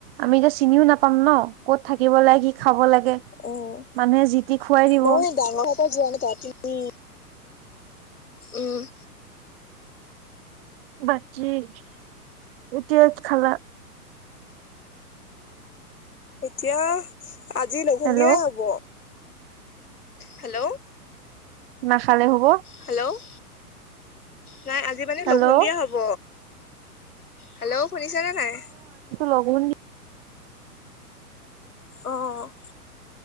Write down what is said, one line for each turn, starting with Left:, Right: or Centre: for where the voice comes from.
Right: আমি এতিয়া চিনিও নাপাম ন। ক'ত থাকিব লাগে কি খাব লাগে।
Left: উম,
Right: মানুহে যি টি খুৱাই দিব
Left: মই ডাঙৰ হতে যোৱা তাত ৰাতি। উম।
Right: বাকী কি শাক খালা?
Left: এতিয়া আজি লঘোণ
Right: হেল্ল'
Left: দিয়াই হ'ব হেল্ল'।
Right: নাখালেও হ'ব।
Left: হেল্ল' নাই আজি মানে
Right: হেল্ল'
Left: লঘোণ দিয়া হ'ব। হেল্ল, শুনিছনে নাই?
Right: লঘোণ
Left: অ'